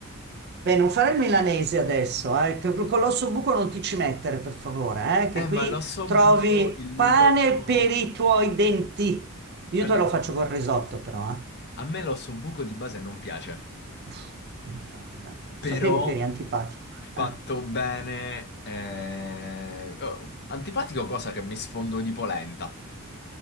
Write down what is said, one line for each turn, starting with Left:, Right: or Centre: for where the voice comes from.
Right: Beh, non fare il milanese adesso, eh. che- Con l'osso buco non ti ci mettere, per favore, eh, che
Left: Eh,
Right: qui
Left: ma l'ossobuco,
Right: trovi
Left: il midollo...
Right: pane per i tuoi denti. Io
Left: Guarda,
Right: te lo faccio col risotto, però, eh.
Left: a me l'ossobuco di base non piace.
Right: Uff, non mi fate nada. Sapevo
Left: però
Right: che eri antipatico.
Left: fatto
Right: eh.
Left: bene. eh, oh, antipatico cosa che mi sfondo di polenta.